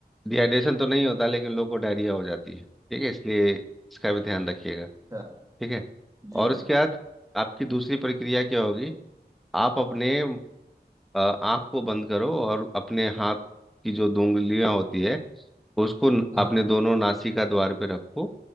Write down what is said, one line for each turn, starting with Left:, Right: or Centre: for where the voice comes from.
Centre: डिहाइड्रेशन तो नहीं होता लेकिन लोगों को डायरिया हो जाती है ठीक है इसलिए इसका भी ध्यान रखिएगा
Right: अच्छा
Centre: ठीक है
Right: जी
Centre: और उसके
Right: जी
Centre: बाद आपकी दूसरी प्रक्रिया क्या होगी आप अपने अ, आँख को बंद करो और अपने हाथ की जो दो उंगलियां होती है उसको न-
Right: हाँ
Centre: अपने दोनों नासिका द्वार पे रखो